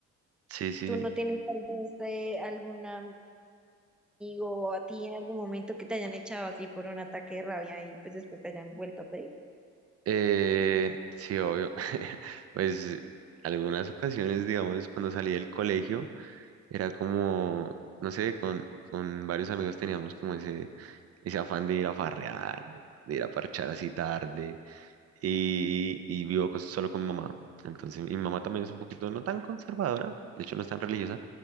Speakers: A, on the right; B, in the centre.
A: Sí, sí,
B: Tú no tienes tal vez eh, algún amigo o a ti en algún momento que te hayan echado así por un ataque de rabia y pues después te hayan vuelto a pedir.
A: eh, sí, obvio. <laughs> Pues algunas ocasiones, digamos, cuando salí del colegio, era como, no sé, con, con varios amigos teníamos como ese, ese afán de ir a farrear, de ir a parchar así tarde, y, y vivo cos- solo con mi mamá. Entonces, mi mamá también es un poquito no tan conservadora, de hecho no es tan religiosa,